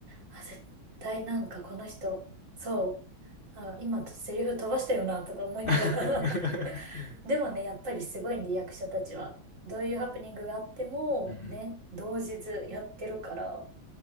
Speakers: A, on the right; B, on the left.
A: あ、絶対なんかこの人、そう、あ、今セリフ飛ばしたよな、とか思いながら
B: <laughs>
A: <laughs> でもね、やっぱりすごいんで、役者たちは。どういうハプニングがあっても、
B: うん。
A: ね、同日やってるから、